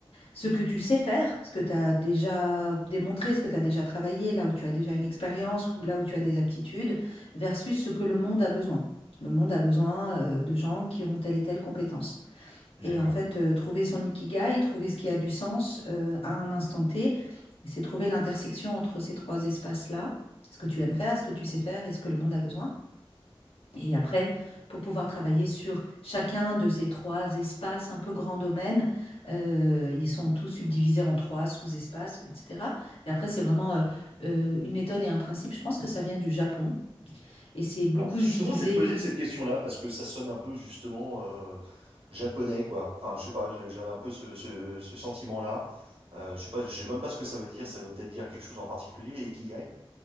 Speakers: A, on the left; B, on the right.
A: ce que tu sais faire, ce que tu as déjà démontré, ce que tu as déjà travaillé, là où tu as déjà une expérience ou là où tu as des aptitudes, versus ce que le monde a besoin. Le monde a besoin euh, de gens qui ont telle et telle compétence.
B: D'accord.
A: Et en fait, euh, trouver son ikigai, trouver ce qui a du sens euh, à un instant T, c'est trouver l'intersection entre ces trois espaces-là, ce que tu aimes faire, ce que tu sais faire et ce que le monde a besoin. Et après, pour pouvoir travailler sur chacun de ces trois espaces un peu grands domaines, euh, ils sont tous subdivisés en trois sous-espaces, etc. Et après, c'est vraiment euh, euh, une méthode et un principe. Je pense que ça vient du Japon et c'est beaucoup
B: Alors justement,
A: utilisé.
B: je vais te poser cette question-là, parce que ça sonne un peu justement euh, japonais, quoi. Enfin, je sais pas, j'ai- j'avais un peu ce, ce, ce sentiment-là. Euh, je sais pas, je sais même pas ce que ça veut dire, ça veut peut-être dire quelque chose en particulier, et qu'il y aille.